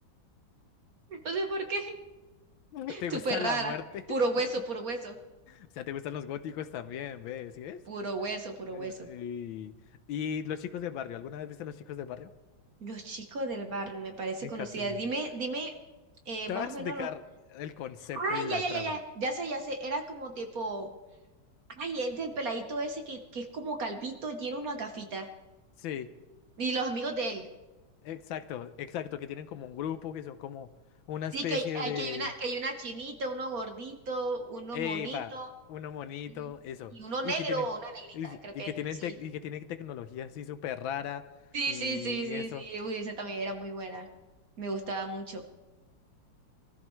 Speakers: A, on the right; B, on the left.
A: No sé por qué.
B: <laughs> ¿Te
A: Súper
B: gusta la
A: rara.
B: muerte?
A: Puro hueso,
B: <laughs>
A: puro hueso.
B: O sea, ¿te gustan los góticos también, ves? ¿Sí ves?
A: Puro hueso, puro
B: Eh,
A: hueso.
B: y, y los chicos del barrio, ¿alguna vez viste a los chicos del barrio?
A: Los chicos del barrio, me parece
B: En
A: conocida.
B: Cartoon. Network.
A: Dime, dime, eh,
B: Te
A: más
B: voy a explicar
A: o menos los.
B: el concepto
A: Ah,
B: y la
A: ya, ya,
B: trama.
A: ya, ya. Ya sé, ya sé. Era como tipo. Ay, el del peladito ese que, que es como calvito, tiene una gafita.
B: Sí,
A: Y los amigos de él.
B: exacto, exacto, que tienen como un grupo, que son como una
A: Sí,
B: especie
A: que hay, hay-
B: de...
A: que hay una, que hay una chinita, uno gordito, uno
B: ¡Epa!
A: monito
B: Uno monito,
A: y un-
B: eso.
A: y uno
B: Y
A: negro
B: que tienen,
A: o una negrita,
B: y,
A: creo que.
B: y que tienen,
A: Sí.
B: tec- y que tienen tecnología así súper rara
A: Sí,
B: y
A: sí, sí, sí,
B: eso.
A: sí. Uy, esa también era muy buena. Me gustaba mucho.